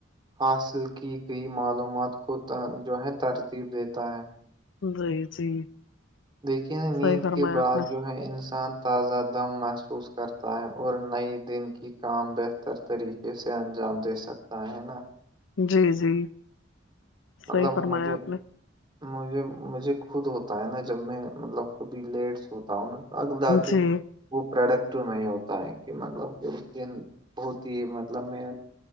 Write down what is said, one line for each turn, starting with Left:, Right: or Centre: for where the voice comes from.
Right: حاصل کی گئی معلومات کو جو ہے ترتیب دیتا ہے
Left: جی جی
Right: دیکھیے نا نیند
Left: صحیح فرمایا
Right: کے بعد
Left: آپ نے
Right: جو ہے انسان تازہ دم محسوس کرتا ہے اور نئی دن کی کام بہتر طریقے اسے انجام دے سکتا ہے نا
Left: جی جی
Right: مطلب
Left: صحیح فرمایا
Right: مجھے
Left: آپ نے
Right: مجھے مجھے خود ہوتا ہے نا جب میں مطلب کبھی لیٹس ہوتا ہوں نا اگددن
Left: جی
Right: وہ پروڈکٹ میں ہوتا ہے کہ مطلب کہ اس کی بہت ہی مطلب میں